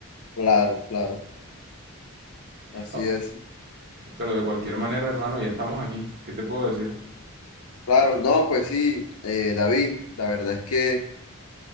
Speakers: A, on the left; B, on the right.
A: Claro, claro, así
B: No,
A: es.
B: Pero de cualquier manera, hermano, ya estamos aquí. ¿Qué te puedo decir?
A: Claro, no, pues sí, eh, David, la verdad es que...